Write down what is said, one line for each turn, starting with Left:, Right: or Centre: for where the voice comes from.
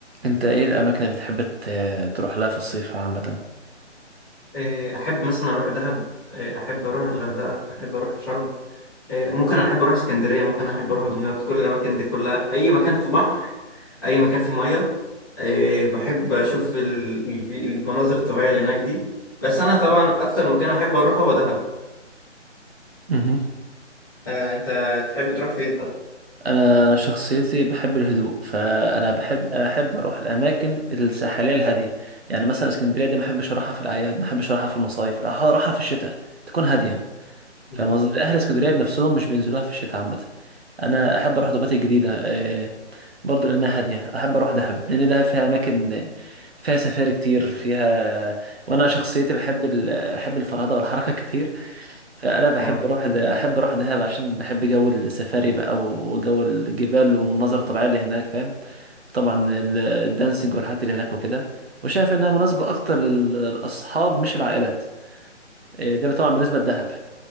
Right: انت ايه الاماكن اللي بتحب ت- تروح لها في الصيف عامه
Left: إيه، احب مثلا اروح دهب إيه، احب اروح الغردقه احب اروح شرم إيه، ممكن احب اروح اسكندريه ممكن احب اروح دمياط كل الاماكن دي كلها اي مكان في بحر اي مكان في ميه إيه، بحب اشوف ال- ال- المناظر الطبيعيه اللي هناك دي بس انا طبعا اكتر مكان احب اروحه هو دهب
Right: مهم.
Left: آه، انت تحب تروح فين طيب
Right: انا شخصيتي بحب الهدوء فانا بحب احب اروح الاماكن الساحليه الهاديه يعني مثلا اسكندريه دي ما احبش اروحها في الاعياد ما احبش اروحها في المصايف أح- اروحها في الشتاء تكون هاديه
Left: بالظبط
Right: فاهم قصدي اهل اسكندريه بنفسهم مش بينزلوها في الشتاء عامه انا احب اروح دوماتيك الجديده آه، برضو لانها هاديه احب اروح دهب لان دهب فيها اماكن آه، فيها سفاري كتير فيها وانا شخصيتي بحب ال... بحب الفرهده والحركه <laughs> كتير فأنا بحب
Left: آه.
Right: أروح أحب أروح دهب عشان بحب جو السفاري بقى وجو الجبال والمناظر الطبيعية اللي هناك فاهم طبعا ال- الدانسينج والحاجات اللي هناك وكده وشايف إنها مناسبة أكتر لل- للأصحاب مش العائلات إيه، ده طبعا بالنسبة لدهب